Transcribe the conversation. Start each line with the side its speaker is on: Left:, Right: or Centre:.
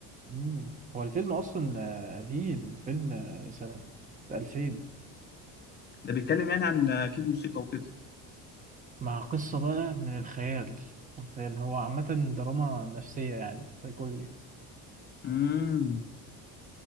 Right: مم. هو الفيلم اصلا آه، قديم الفيلم آه، سنة 2000
Left: ده بيتكلم يعني عن اكيد موسيقى وكده
Right: مع قصة بقى من الخيال حرفيا هو عامة دراما نفسية يعني سايكولوجي
Left: امم